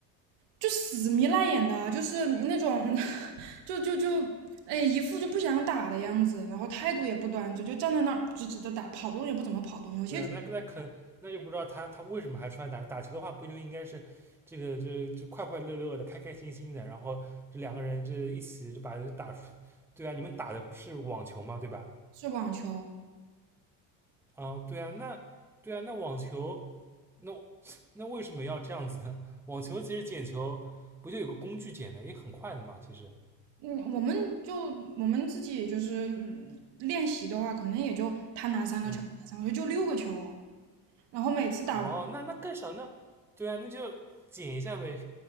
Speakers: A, on the right; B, in the centre.
A: 就死迷赖眼的，就是那种，<laughs> 就就就，哎，一副就不想打的样子，然后态度也不端正，就站在那儿直直的打，跑动也不怎么跑动。有些
B: 对啊，那那可那就不知道他他为什么还出来打打球的话，不就应该是这个就就快快乐乐的、开开心心的，然后这两个人这一起就把打出，<laughs> 对啊，你们打的不是网球吗？对吧？
A: 是网球，我
B: 啊，对啊，那对啊，那网球，那 <laughs> 那为什么要这样子呢？网球其实捡球不就有个工具捡的，也很快的嘛，其实，
A: 嗯，我们就我们自己就是嗯练习的话，可能也就他拿三个球，
B: 嗯。
A: 拿三个球，就六个球。然后每次打完
B: 哦，那那更少，那对啊，那就减一下呗。